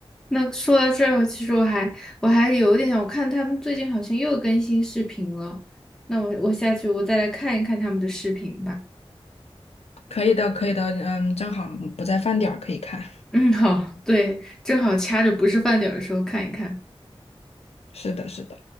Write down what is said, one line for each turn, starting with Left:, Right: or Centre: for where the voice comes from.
Centre: 那说到这儿，其实我还我还有点想，我看他们最近好像又更新视频了。那我我下去我再来看一看他们的视频吧。
Left: <laughs> 可以的，可以的，嗯，正好不在饭点儿可以看。
Centre: 嗯，好，对，正好掐着不是饭点儿的时候看一看。
Left: 是的，是的。